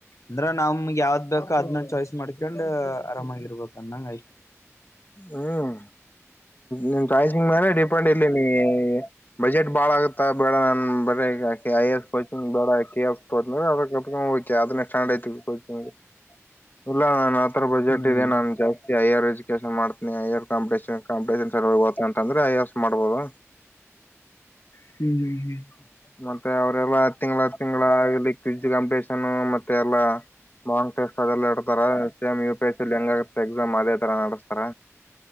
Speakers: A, on the left; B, on the left.
A: ಅಂದ್ರ ನಮ್ ಯಾವ್ದ್ ಬೇಕೋ ಅದನ್ನ ಚಾಯ್ಸ್ ಮಾಡ್ಕಂಡ್ ಆರಾಮಗ್ ಇರ್ಬೇಕು ಅಂದಂಗ ಆಯ್ತು..
B: ಹ್ಮ್ ನಿನ್ ಚಾಯ್ಸಿಂಗ್ ಮೇಲೆ ಡಿಪೆಂಡ್ ಇಲ್ಲಿ ನೀ. ಬಜೆಟ್ ಬಾಳ ಆಗುತ್ತ ಬೇಡಾ <unintelligible> ಕೋಚಿಂಗ್ ಬೇಡ ಕೆ ಎಸ್ ತಗೋತೀನ್ ಅಂದ್ರ ಅದಕ್ ಕಟ್ಕೊಂಡು ಹೋಯ್ತೀಯ ಅದನ <unintelligible> ಇಲ್ಲಾ ನನ್ನ ಹತ್ರ ಬಜೆಟ್
A: ಹ್ಮ್
B: ಇದೆ ನಾನು ಜಾಸ್ತಿ ಹೈಯರ್ ಎಜುಕೇಷನ್ ಮಾಡ್ತ್ನಿ ಹೈಯರ್ ಕಾಂಪಿಟೇಶನ್ ಕಾಂಪಿಟೇಶನ್ ಸಲುವಾಗಿ ಹೊತ್ತಿನಿ ಐಎಎಸ್ ಮಾಡ್ಬೋದು.
A: <unintelligible>
B: ಮತ್ತೆ ಅವ್ರೆಲ್ಲಾ ತಿಂಗಳ ತಿಂಗಳ ಆಗ್ಲಿ ಕ್ವಿಜ್ ಕಾಂಪಿಟೇಷನ್ ಮತ್ತೆ ಎಲ್ಲಾ. ಲಾಂಗ್ ಟೆಸ್ಟ್ ಅದೆಲ್ಲ ಇಡ್ತಾರ ಸೇಮ್ ಯು ಪಿ ಎಸ್ ಸಿಲ್ಲಿ ಹೆಂಗ ಆಗುತ್ತೆ ಎಕ್ಸಾಮ್ ಅದೇ ತರಾ ನಡೆಸ್ತಾರ.